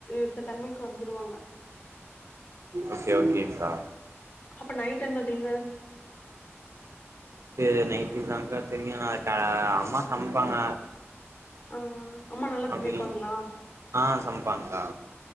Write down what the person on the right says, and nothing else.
ஓகே ஓகேங்க்கா
து நைட்டு தான்டா தெரியும் அம்மா சமைப்பாங்க
அப்படி
ஆ சமைப்பாங்ககா